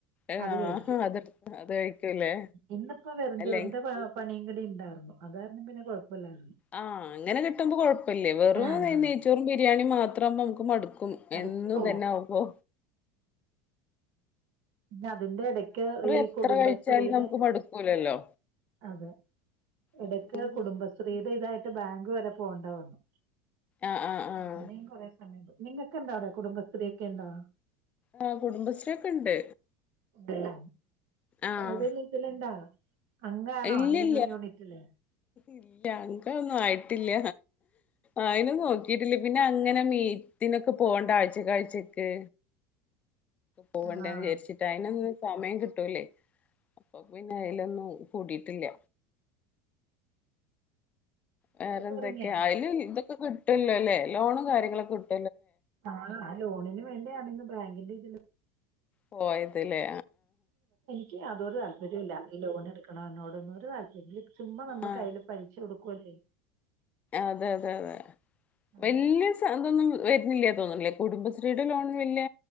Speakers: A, on the left (about 15°); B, on the right (about 55°).
A: ആഹ്
B: അത് കഴിക്കും
A: അതെടുത്ത് അത് കഴിക്കൂലേ
B: ഇന്നിപ്പോ വെറുംചോറിന്റെ
A: അല്ലെ
B: പണി ഉണ്ടായിരുന്നു അതാരുന്നു പിന്നെ കുഴപ്പല്ലായിരുന്നു
A: ആ അങ്ങനെ കിട്ടുമ്പോ കൊഴപ്പല്ലേ വെറും
B: ആഹ്
A: ഈ നെയ്ച്ചോറും ബിരിയാണി മാത്രമ്പോ നമുക്ക് മടുക്കു ക്കും
B: മടുപ്പ്
A: എന്നും
B: തോന്നും
A: ഇതെന്നാവുമ്പോ
B: പിന്ന അതിന്റെ എടക്ക് ഈ
A: എത്ര
B: കുടുംബശ്രീയുടെ
A: കഴിച്ചാലും നമുക്ക് മടുക്കൂലല്ലോ
B: അതെ ഇടക്ക്
A: ഉം ഉം
B: കുടുംബശ്രീയുടെ
A: ഉം
B: ഇതായി ട്ട് ബാങ്ക് വരെ പോണ്ടെവന്നു
A: ആഹ് ആഹ് ആഹ്
B: അങ്ങനേം കൊറേ സമയം പോയ്‌ നിങ്ങക്കിണ്ടാ അവിടെ കുടുംബശ്രീയൊക്കെ ഇണ്ടോ
A: ആ കുടുംബശ്രീയൊക്കെ ണ്ട്
B: ഉണ്ടല്ലോ
A: ആഹ
B: ഏതെങ്കിലും ഇതിലുണ്ടോ അംഗാണോ
A: ഇല്ലല്ല
B: ഏതെങ്കിലും യൂണിറ്റില്
A: ഇല്ല അങ്കൊന്നും ആയിട്ടില്ല ആയിന് നോക്കീ പിന്നെ അങ്ങനെ മീറ്റിനൊക്കെ പോണ്ടെ ആഴ്ചകാഴ്ചക്ക് പോവണ്ടെന്ന്
B: ആഹ്
A: ചാരിച്ചിട്ട് അയ്നൊന്നും സമയം കിട്ടൂലേ അപ്പൊ പിന്നെ അയ്ലൊന്നും കൂടിട്ടില്ല വേറെ
B: അവരൊക്കെ
A: എന്തൊക്കെയാ
B: ഒറങ്ങിയോ
A: അയ്ല് ഇതൊക്കെ കിട്ടല്ലോ ല്ലേ ലോണും കാര്യങ്ങളൊക്കെ കിട്
B: ആ ആ ലോണിന് വേണ്ടിയാണ് ഇന്ന് ബാങ്കിന്റെ ഇതി
A: പോയത് ലേ
B: ക്കയാതോരു താല്പര്യോല്ലാ ഈ ലോൺ ഇട്ക്ക്ണതോടൊന്നഉം ഒരുതാൽ ചുമ്മാ നമ്മളെ
A: ആഹ്
B: കയ്യില് പലിശ ക്കുഅല്ലേ
A: അതെ അതെ അതെ
B: അത്
A: വല്യ സ തൊന്നും വരുന്നില്ല തോന്ന്നില്ലേ കുടുംബശ്രീയുടെ ലോൺ വല്യ